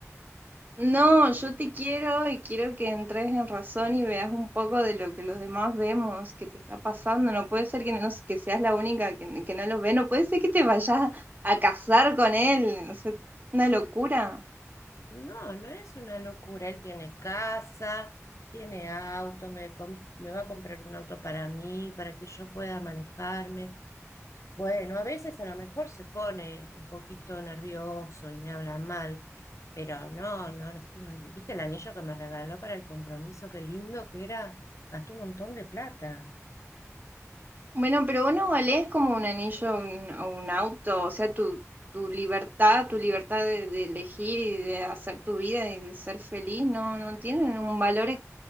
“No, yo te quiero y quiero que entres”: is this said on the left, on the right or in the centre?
Right